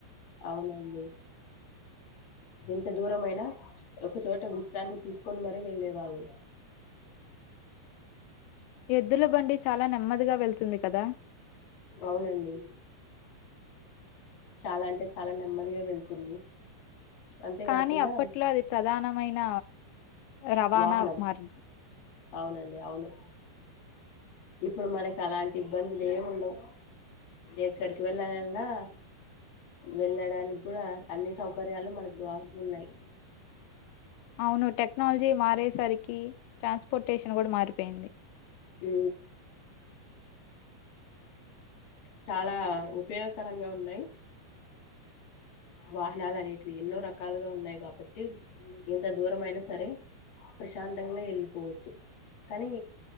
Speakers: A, on the left; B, on the left.
A: అవునండి. ఎంత దూరమయినా ఒకచోట విశ్రాంతి తీసుకొని మరీ వెళ్ళేవాళ్ళు
B: ఎద్దుల బండి చాలా నెమ్మదిగా వెళ్తుంది కదా
A: అవునండి. చాలా అంటే చాలా నెమ్మదిగా వెళ్తుంది. అంతేకాకుండా
B: కానీ అప్పట్లో అది ప్రధానమైన రవాణా
A: వాహనం
B: మార్గం
A: అవునండి అవును ఇప్పుడు మనకి అలాంటి ఇబ్బందులు ఏమి ఉండవు. ఎక్కడికి వెళ్ళాలన్నా వెళ్ళడానికి కూడా అన్ని సౌకర్యాలు మనకు హా ఉన్నాయి.
B: అవును టెక్నాలజీ మారేసరికి ట్రాన్స్పోర్టేషన్ కూడా మారిపో పేయింది
A: హ్ చాలా ఉపయోగకరంగా ఉన్నాయి. వాహనాలు అనేటివి ఎన్నో రకాలుగా ఉన్నాయి. కాబట్టి ఎంత దూరం అయినా సరే ప్రశాంతంగా వెళ్ళిపోవచ్చు. కానీ